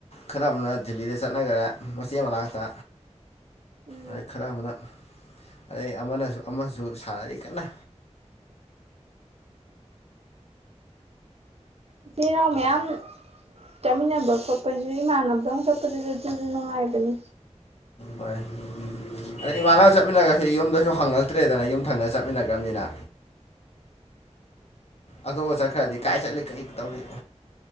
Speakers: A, on the left (about 60°); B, on the right (about 60°).
A: ꯈꯔ ꯑꯃꯅ ꯗꯦꯜꯂꯤꯗ ꯆꯠꯅꯈꯔꯦ ꯃꯆꯦ ꯃꯅꯥꯛꯇ
B: ꯎꯝ
A: ꯑꯩ ꯈꯔ ꯑꯃꯅ ꯑꯗꯩ ꯑꯃꯅꯁꯨ ꯑꯃꯁꯨ ꯁꯥꯔꯤ ꯀꯟꯅ
B: ꯏꯆꯤꯟꯅꯥꯎ ꯃꯌꯥꯝ ꯆꯥꯃꯤꯟꯅꯕ ꯈꯣꯠꯄꯗꯨ ꯏꯃꯥꯟꯅꯕꯗ ꯑꯃ ꯈꯣꯠꯄꯗꯨꯗ ꯑꯗꯨꯁꯨ ꯅꯨꯡꯉꯥꯏꯕꯅꯤ
A: ꯍꯣꯏ ꯑꯗꯩ ꯏꯃꯥꯟꯅꯕꯒ ꯆꯠꯃꯤꯟꯅꯔꯁꯤ ꯌꯨꯝꯗꯁꯨ ꯍꯪꯉꯛꯇ꯭ꯔꯦꯗꯅ ꯌꯨꯝꯊꯪꯅ ꯆꯠꯃꯤꯟꯅꯈ꯭ꯔꯕꯅꯤꯅ ꯑꯇ‌ꯣꯝꯄꯒ ꯆꯠꯈ꯭ꯔꯗꯤ ꯀꯥꯏ ꯆꯠꯂꯤ ꯀꯩ ꯇꯧꯔꯤ